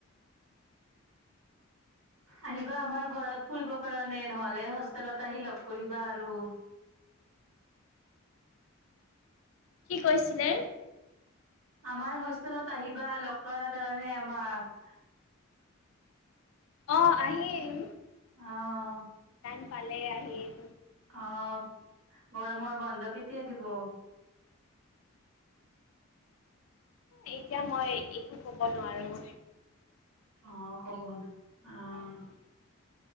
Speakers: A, on the right; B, on the left.
A: আহিবা আমাৰ ঘৰত ফুৰিব কাৰণে নহলে হোষ্টেলত আহি লগ কৰিবা আৰু।
B: কি কৈছিলে?
A: আমাৰ হোষ্টেলত আহিবা লগ কৰাৰ কাৰণে আমাক।
B: অঁ আহিম
A: অ
B: টাইম পালে আহিম।
A: অঁ গৰমৰ বন্ধ কেতিয়া দিব।
B: এএতিয়া মই একো কব নোৱাৰো।
A: অঁ কবন অঁ।
B: মই।